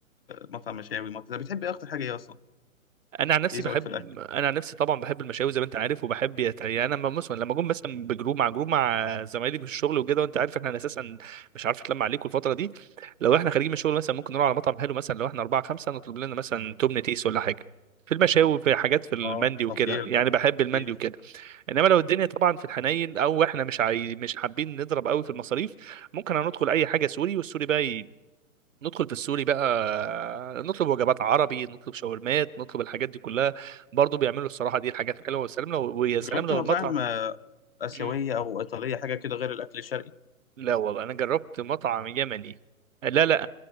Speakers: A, on the left; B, on the right.
A: مطعم مشاوي مطعم انت بتحب ايه اكتر حاجه ايه اصلا
B: انا عن نفسي
A: ايه ذوقك
B: بحب
A: في الاكل
B: انا عن نفسي طبعا بحب المشاوي زي ما انت عارف وبحب يت- يعني انا لما مثلا لما اكون مثلا بجروب مع جروب مع زمايلي في الشغل وكده وانت عارف احنا اساسا مش عارف اتلم عليكم الفتره دي لو احنا خارجين من الشغل مثلا ممكن نروح على مطعم حلو مثلا لو احنا اربعه خمسه نطلب لنا مثلا تمن تيس ولا حاجه في المشاوي في حاجات في المندي
A: اه
B: وكده
A: خطير
B: يعني
A: ده
B: بحب
A: خطير
B: المندي وكده انما لو الدنيا طبعا في الحنين او احنا مش عاي... مش حابين نضرب قوي في المصاريف ممكن هندخل اي حاجه سوري والسوري بقى ندخل في السوري بقى نطلب وجبات عربي نطلب شاورمات نطلب الحاجات دي كلها برضو بيعملوا الصراحة دي الحاجات حلوة والسلام لو ويا سلام
A: جربت
B: لو
A: مطاعم
B: المطعم
A: آه، اسيويه
B: مم.
A: او ايطاليه حاجه كده غير الاكل الشرقي
B: لا والله أنا جربت مطعم يمني لا لا